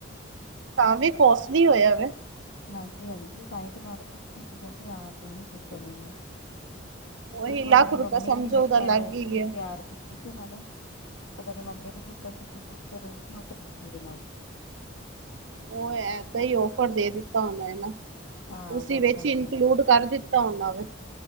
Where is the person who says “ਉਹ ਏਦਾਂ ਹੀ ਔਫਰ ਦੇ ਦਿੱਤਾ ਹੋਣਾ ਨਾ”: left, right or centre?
Right